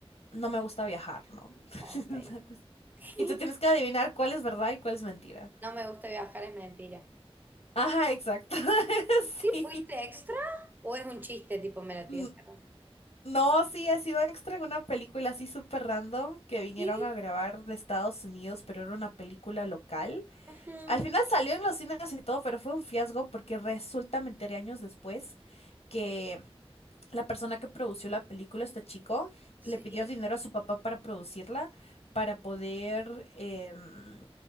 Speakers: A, on the left; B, on the right.
A: no me gusta viajar, ¿no? <laughs>
B: Ok.
A: Una cosa-
B: <laughs>
A: Y tú tienes que adivinar cuál es verdad y cuál es mentira.
B: No me gusta viajar, es mentira.
A: Ajá, exacto. <laughs>
B: ¿Sí
A: Sí.
B: fuiste extra o es un chiste tipo me lo
A: N-
B: tiraste? raro?
A: No, sí, he sido extra en una película así súper random que vinieron
B: ¿Qué?
A: a grabar de Estados Unidos, pero era una película local.
B: Ujú,
A: Al final salió en los cines y todo, pero fue un fiasco porque resulta, me enteré años después, que la persona que produció la película, este chico,
B: Sí.
A: le pidió dinero a su papá para producirla, para poder, em,